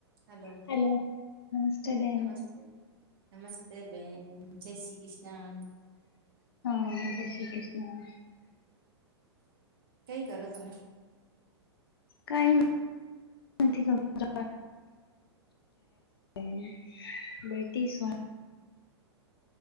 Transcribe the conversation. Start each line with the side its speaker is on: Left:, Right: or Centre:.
Right: હલો
Left: હેલો નમસ્તે બેન.
Right: નમસ્તે નમસ્તે બેન જય શ્રી કૃષ્ણ.
Left: હા જય શ્રી કૃષ્ણ.
Right: કઈ કરો તમે
Left: કઈ નથી ખબર <unintelligible> બેટી શુ
Right: <inaudible>